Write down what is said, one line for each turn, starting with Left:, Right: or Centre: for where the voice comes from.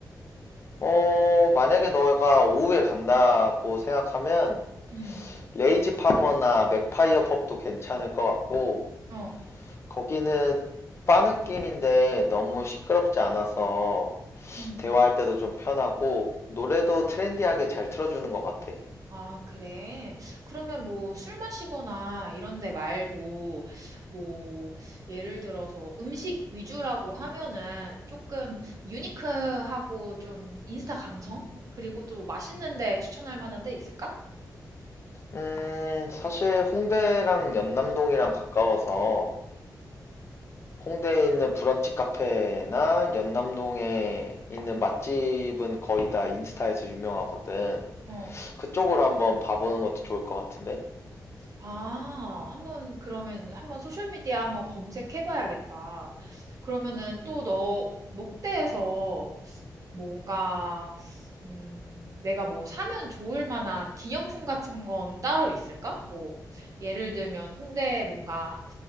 Left: 어, 만약에 너가 오후에 간다고 생각하면
Right: 응,
Left: 레이지 파머나 맥파이어 펍도 괜찮을 것 같고
Right: 어,
Left: 거기는 바 느낌인데 너무 시끄럽지 않아서
Right: 응.
Left: 대화할 때도 좀 편하고 노래도 트렌디하게 잘 틀어주는 것 같아.
Right: 아, 그래? 그러면 뭐 술 마시거나 이런 데 말고 뭐 예를 들어서 음식 위주라고 하면은 조금 유니크하고 좀 인스타 감성? 그리고 또 맛있는 데 추천할 만한 데 있을까?
Left: 음, 사실 홍대랑 연남동이랑 가까워서 홍대에 있는 브런치 카페나 연남동에 있는 맛집은 거의 다 인스타에서 유명하거든.
Right: 어.
Left: 그쪽으로 한번 봐보는 것도 좋을 것 같은데?
Right: 아, 한번 그러면 한번 소셜 미디어 한번 검색해 봐야겠다. 그러면은 또너 홍대에서 뭔가 음, 내가 뭐 사면 좋을 만한 기념품 같은 건 따로 있을까? 뭐 예를 들면 홍대에 뭔가